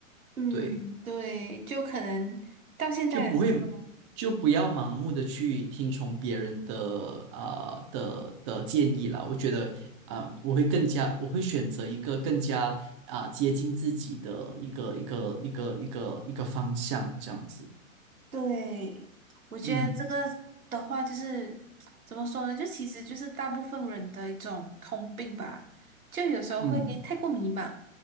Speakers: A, on the right; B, on the right.
A: 嗯，
B: 对，
A: 对，就可能到现在的时候。
B: 就不会就不要盲目的去听从别人的啊的的建议啦。我觉得啊、呃我会更加我会选择一个更加啊、接近自己的一个一个一个一个一个方向，这样子。
A: 对，我觉得这个的话就是怎么说呢？
B: 嗯
A: 就其实就是大部分人的一种通病吧，就有时候会太过迷茫，
B: 嗯